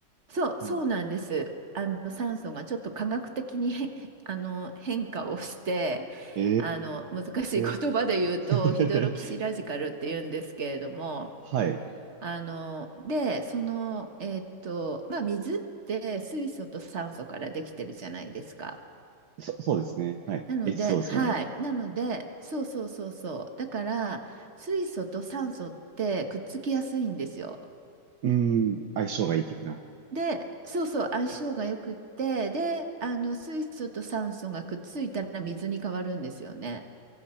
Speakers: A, on the right (about 40°); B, on the right (about 70°).
A: そう、
B: うん。
A: そうなんです。あの、酸素がちょっと科学的に変 <laughs> あの、変化をして、
B: え
A: あの、難しい言葉で言うと、
B: えー <laughs>
A: ヒドロキシラジカルっていうんですけれども、
B: はい。
A: あの、で、その、えーっと、まあ、水って水素と酸素からできてるじゃないですか。
B: そ、そうですね。はい。
A: なので、
B: HCO
A: はい。
B: ですもんね。
A: なので、そうそうそうそう。だから、水素と酸素ってくっつきやすいんですよ。
B: うーん。相性がいい的な。
A: で、そうそう、相性がよくって、で、あの、水素と酸素がくっついたら水に変わるんですよね。